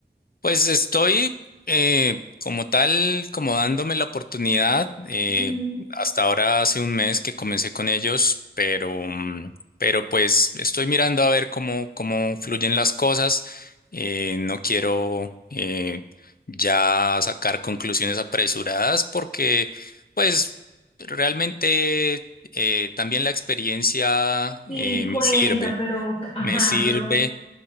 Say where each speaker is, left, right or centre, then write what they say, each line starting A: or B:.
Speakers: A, on the left; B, on the left.
A: Pues estoy eh, como tal, como dándome la oportunidad. eh,
B: Mm,
A: hasta ahora hace un mes que comencé con ellos, pero, mm, pero pues estoy mirando a ver cómo, cómo fluyen las cosas. Eh, no quiero eh, ya sacar conclusiones apresuradas porque pues realmente eh, también la experiencia
B: Sí,
A: eh, me
B: cuenta,
A: sirve,
B: pero, ajá,
A: me sirve.
B: pero